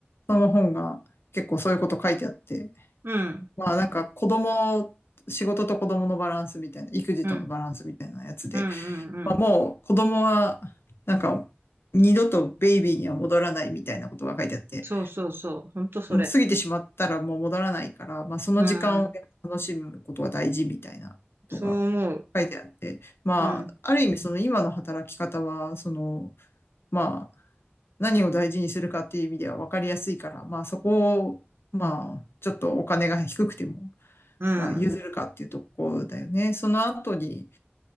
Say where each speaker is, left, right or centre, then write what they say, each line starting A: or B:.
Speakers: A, on the left; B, on the right.
A: その本が結構そういうこと書いてあって、
B: うん、
A: まあなんか子供、仕事と子供のバランスみたいな、育児とのバランスみたいなやつで、
B: うん、うん、うん、うん。
A: まあもう子供は、
B: うん
A: なんか、二度とベイビーには戻らないみたいなことが書いてあって、
B: そうそうそう。ほんとそれ。
A: もう過ぎてしまったらもう戻らないから、まあその時間を楽しむことが大事みたいなことが
B: うん。そう思う。
A: 書いてあって、まあ、
B: うん、
A: ある意味その今の働き方は、その、まあ、何を大事にするかっていう意味では分かりやすいから、まあそこを、まあ、ちょっとお金が低くても、
B: うん。
A: まあ譲るかっていうところだよね。その後に、